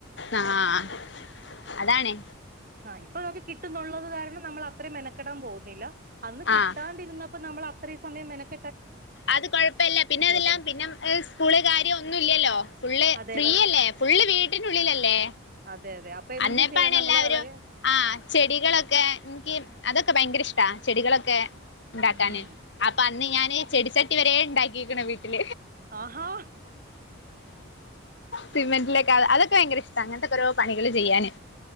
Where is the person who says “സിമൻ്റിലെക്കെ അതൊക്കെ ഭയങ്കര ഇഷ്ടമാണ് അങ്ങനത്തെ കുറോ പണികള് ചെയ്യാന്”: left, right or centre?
Left